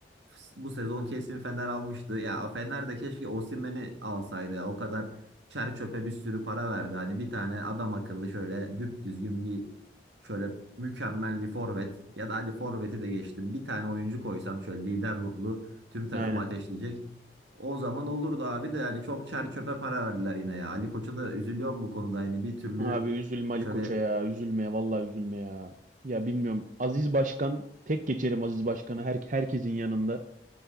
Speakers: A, on the right (about 85°); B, on the right (about 45°).
A: f- bu sezon kesin Fener almıştı. Ya Fener de keşke Osimhen'i alsaydı. ya. O kadar çer çöpe bir sürü para verdi. Hani bir tane adam akıllı şöyle düp düzgün bir Şöyle mükemmel bir forvet ya da hadi forveti de geçtim. Bir tane oyuncu koysan şöyle lider ruhlu tüm takımı
B: Aynen.
A: ateşleyecek. O zaman olurdu abi de yani çok çer çöpe para verdiler yine ya. Ali Koç'a da üzülüyorum bu konuda yani bir türlü
B: Abi üzülme Ali
A: şöyle
B: Koç'a ya. Üzülme ya. Vallahi üzülme ya. Ya bilmiyorum. Aziz Başkan tek geçerim Aziz Başkan'ı her, herkesin yanında.